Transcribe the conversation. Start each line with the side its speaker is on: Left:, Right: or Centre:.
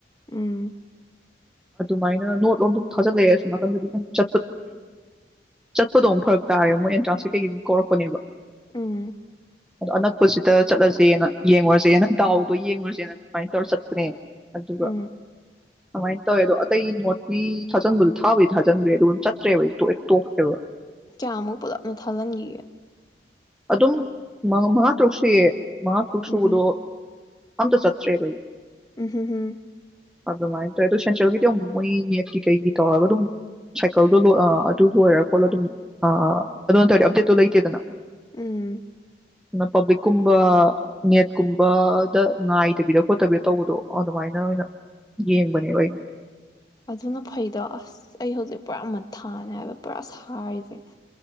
Left: ꯎꯝ
Centre: ꯗꯨꯃꯥꯏꯅ ꯅꯣꯠꯂꫭꯝ ꯊꯥꯜꯂꯛꯑꯦ ꯁꫭꯝꯅꯥꯀꯟꯗꯤ ꯈꯪ ꯆꯠꯄ ꯆꯠꯄꯗꯣ ꯑꯃꯨꯛ ꯐꯔꯛ ꯇꯥꯔꯦ ꯃꯣꯏ ꯑꯦꯟꯇ꯭ꯔꯥꯟꯁ ꯀꯦ ꯀꯩꯀꯩ ꯀꯧꯔꯛꯄꯅꯦꯕ
Left: ꯎꯝ
Centre: ꯑꯗꯣ ꯑꯅꯛꯄꯁꯤꯗ ꯆꯠꯂꯁꯦꯅ ꯌꯦꯡꯉꯨꯔꯁꯦꯅ ꯗꯥꯎꯗꯣ ꯌꯦꯡꯉꯨꯔꯁꯦꯅ ꯑꯗꯨꯃꯥꯏꯅ ꯇꯧꯔ ꯆꯠꯄꯅꯦ ꯑꯗꯨꯒ
Left: ꯎꯝ
Centre: ꯀꯃꯥꯏꯅ ꯇꯧꯋꯦ ꯑꯗꯣ ꯑꯇꯩ ꯅꯣꯠꯄꯤ ꯊꯥꯖꯟꯕꯗꯣ ꯊꯥꯕꯩꯗꯤ ꯊꯥꯖꯤꯟꯕꯤ꯭ꯔꯦ ꯆꯠꯇ꯭ꯔꯦꯕ ꯑꯩ ꯇꯣꯏ ꯇꯣꯛꯈꯔꯦꯕ
Left: ꯀꯌꯥꯃꯨꯛ ꯄꯨꯂꯞꯅ ꯊꯥꯖꯤꯟꯈꯤꯒꯦ
Centre: ꯑꯗꯨꯝ ꯃꯥ ꯇꯔꯨꯛ ꯁꯌꯦ ꯃꯉꯥ ꯇꯔꯨꯛ ꯁꯨꯕꯗꫭ
Left: ꯎꯝꯍꯨꯝ
Centre: ꯑꯝꯇ ꯆꯠꯇꯔꯦ ꯕ ꯑꯩ
Left: ꯎꯝ ꯎꯝ ꯎꯝ
Centre: ꯑꯗꯨꯃꯥꯏꯅ ꯇꯧꯋꯦ ꯑꯗꯣ ꯁꯦꯟꯇ꯭ꯔꯦꯜꯒꯤꯗꯤ ꯑꯗꯨꯝ ꯃꯣꯏ ꯅꯦꯠꯀꯤ ꯀꯩꯒꯤ ꯇꯧꯔꯒ ꯑꯗꯨꯝ ꯁꯥꯏꯀꯜꯗꯣ ꯑꯗꯨ ꯂꯣꯏꯔ ꯈꯣꯠꯂ ꯑꯗꯨꯝ ꯑꯗꯨ ꯅ ꯇꯧꯔꯗꯤ ꯑꯞꯗꯦꯠꯇꯣ ꯂꯩꯇꯦꯗꯅ
Left: ꯎꯝ
Centre: ꯑꯗꯨ ꯄꯕ꯭ꯂꯤꯛꯀꯨꯝꯕ ꯅꯦꯠꯀꯨꯝꯕꯗ ꯉꯥꯏꯗꯕꯤꯗ ꯈꯣꯠꯇꯕꯤꯗ ꯇꯧꯕꯗꯣ ꯑꯗꯨꯃꯥꯏꯅ ꯑꯣꯏꯅ ꯌꯦꯡꯕꯅꯦꯕ ꯑꯩꯅ
Left: ꯑꯗꯨꯅ ꯐꯩꯗ ꯑꯁ ꯑꯩ ꯍꯧꯖꯤꯛ ꯄꯨꯔꯥ ꯃꯊꯥꯅꯦ ꯍꯥꯏꯕ ꯄꯨꯔꯥ ꯁꯥꯔꯤꯁꯦ